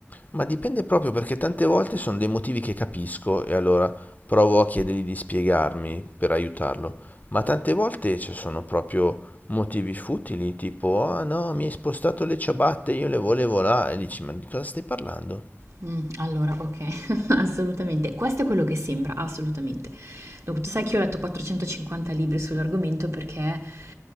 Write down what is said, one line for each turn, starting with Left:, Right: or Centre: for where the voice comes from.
Left: Ma dipende proprio perché tante volte sono dei motivi che capisco e allora provo a chiedergli di spiegarmi per aiutarlo, ma tante volte ci sono proprio motivi futili, tipo ah no, mi hai spostato le ciabatte, io le volevo là e dici ma di cosa stai parlando?
Right: Mh, allora okay, <laughs> assolutamente. Questo è quello che sembra, assolutamente. Dunque, tu sai che io ho letto 450 libri sull'argomento perché